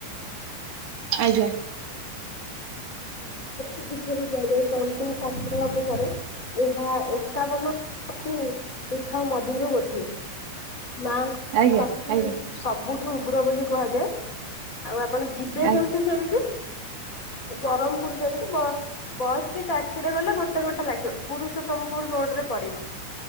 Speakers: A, on the right; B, on the left.
A: ଆଜ୍ଞା
B: <inaudible> କୁହାଯାଏ ତନ୍ତମ ଶାସ୍ତ୍ର ଅନୁସାରେ ଏହା ଏକାବନ ଅତି ପୀଠ ମଧ୍ୟରୁ ଗୋଟିଏ ମା
A: ଆଜ୍ଞା
B: ବାତି
A: ଆଜ୍ଞା
B: ସବୁଠୁ ଉଗ୍ର ବୋଲି କୁହାଯାଏ ଆଉ ଆପଣ ଯିବେ
A: ଆଜ୍ଞା
B: କେମିତି ସେଇଠିକି ବ୍ରହ୍ମପୁର ଯାଇକି ବ ବସ୍ କି ଟ୍ୟାକ୍ସି ରେ ଗଲେ ଗୋଟେ ଘଣ୍ଟା ଲାଗିବ ପୁରୁଷୋତମପୁର ରୋଡ ରେ ପଡିବ